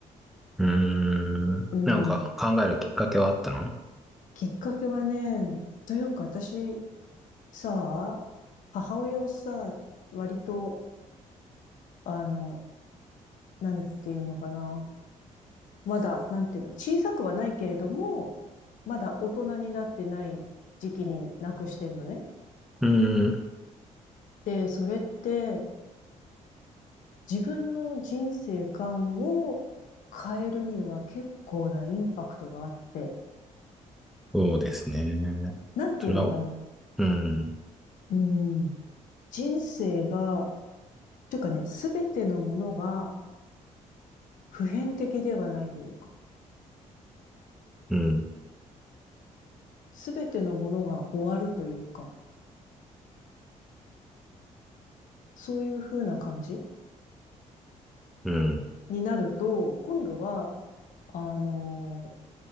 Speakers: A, in the centre; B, on the left.
A: うーん。
B: うん。
A: なんか考えるきっかけはあったのう
B: きっかけはね、というか私、さ、母親をさ、割と、あの、何っていうのかな。まだ、なんていうの、小さくはないけれども、まだ大人になってない時期になくしてんのね。
A: ーん。
B: で、それって自分の人生観を変えるには結構なインパクトがあって、
A: そうですね。
B: なんていうのかな。
A: それは、うん。
B: うん。人生が、というかね、すべてのものが普遍的ではないというか、
A: うん。
B: すべてのものが終わるというか、そういう風な感じ
A: うん。
B: になると、今度は、あの